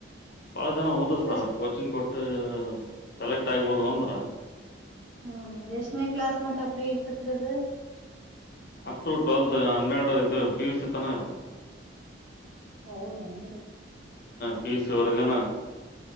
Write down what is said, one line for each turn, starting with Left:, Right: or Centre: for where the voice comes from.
Left: ಭಾಳ ಜನ ಓದಿಸ್ತಾರೆ
Right: ಎಷ್ಟ
Left: ಕೋಚಿಂಗ್ ಕೊಟ್ಟು ಸೆಲೆಕ್ಟ್ ಆಗ್ಬೋದು ಅಂದ್ರ
Right: ಹ್ಮ ಎಷ್ಟನೇ ಕ್ಲಾಸ್ ಮಟ ಫ್ರೀ ಇರ್ತತ್ರಿದು
Left: ಅಪ್ ಟು ಟ್ವೆಲ್ತ್ ಹನ್ನೆರಡು ಇದು ಪಿ ಯು ಸಿ ತನ ಇರ್ದತ್ತೆ
Right: ಹೌದಸ
Left: ಪೀಸ್ ವರಗನ